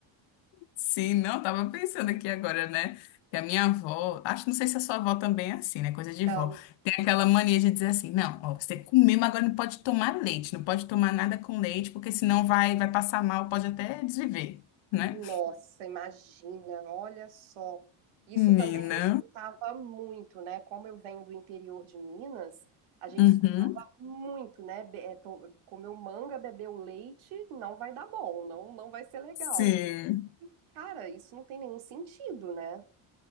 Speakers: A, on the left; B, on the right.
A: Sim, não, eu tava pensando aqui agora, né? Que a minha avó, acho, não sei se a sua avó também é assim, né? Coisa de
B: Então,
A: vó. Tem aquela mania de dizer assim, não, ó, você comeu mas agora não pode tomar leite, não pode tomar nada com leite, porque senão vai, vai passar mal, pode até desviver, né?
B: Nossa, imagina, olha só. Isso também
A: Menina.
B: eu escutava muito, né? Como eu venho do interior de Minas, a gente
A: Uhum.
B: escutava muito, né? Be- é, to- Comeu manga, bebeu leite, não vai dar bom, não, não vai ser legal.
A: Sim.
B: Cara, isso não tem nenhum sentido, né?